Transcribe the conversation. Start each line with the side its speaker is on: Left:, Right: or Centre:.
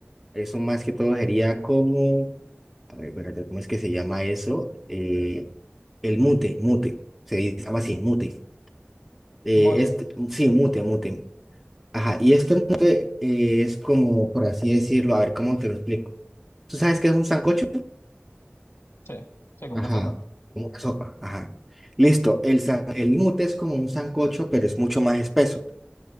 Centre: eso más que todo sería como, a ver, espérate, ¿cómo es que se llama eso? Eh, el mute, mute, se dice- se llama así, mute. Eh,
Left: Mote.
Centre: este, sí, mute, mute. Ajá, y este mute eh, es como, por así decirlo, a ver, ¿cómo te lo explico? ¿Tú sabes qué es un sancocho?
Left: Sí, sí, como
Centre: Ajá,
Left: una sopa.
Centre: como una sopa, ajá. Listo, el, san- el mute es como un sancocho, pero es mucho más espeso.